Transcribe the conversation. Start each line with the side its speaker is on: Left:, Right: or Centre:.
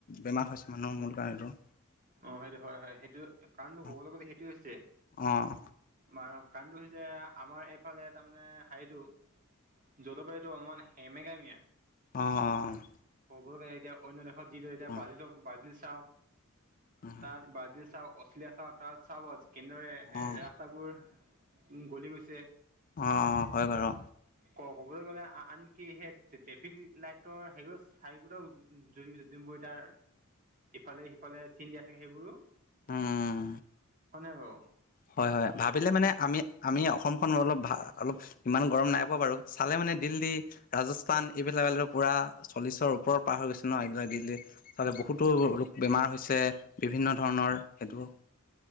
Left: বেমাৰ হৈছে মানুহৰ মূল কাৰণে টো
Right: অ', সেইটো হয় হয় সেইটো কাৰণটো
Left: অ',
Right: ক'বলে গ'লে সেইটোয়ে হৈছে
Left: অ',
Right: মানুহ, কাৰণটো হৈছে আমাৰ এইফালে তাৰমানে হেৰিটো জলবায়ুটো অলমান সেমেকামিয়া
Left: অ', অ
Right: ক'ব গ'লে এতিয়া অন্য দেশত যিদৰে এতিয়া
Left: অ',
Right: ব্ৰাজিল হওক ব্ৰাজিল চাওক
Left: অ',
Right: তাত ব্ৰাজিল চাওঁক অষ্ট্ৰেলিয়া চাওঁক তাত চাবাও কেনেদৰে ৰা
Left: অ',
Right: ৰাস্তাবোৰ গলি গৈছে
Left: অ', হয় বাৰু।
Right: ক ক'বলে গ'লে আনকি সেই ট্ৰেফিক লাইটৰ হেৰিও চাৰিকোটাও যোনবোৰ এতিয়া ইফালে সিফালে চিন দিয়া থাকে সেইবোৰো
Left: উম,
Right: হয় নাই বাও
Left: হয় হয় ভাবিলে মানে আমি আমি অসমখন অলপ ভা অলপ ইমান গৰম নাই পোৱা বাৰু চালে মানে দিল্লী ৰাজস্থান এইবিলাক পুৰা চল্লিছৰ ওপৰত পাৰ হৈ গৈছিল ন এইবিলাক দিল্লীত চাগে বহুতো ৰোগ বেমাৰ হৈছে বিভিন্ন ধৰণৰ সেইটো